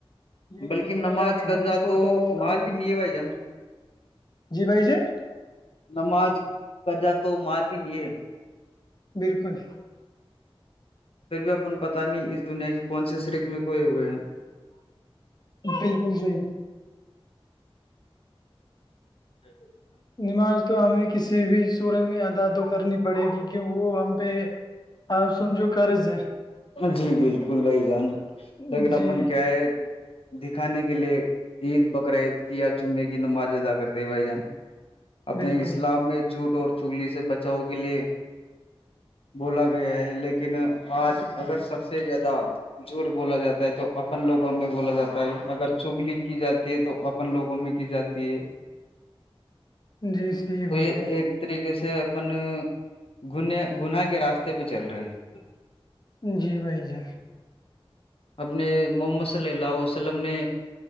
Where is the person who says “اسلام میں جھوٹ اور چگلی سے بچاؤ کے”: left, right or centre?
Left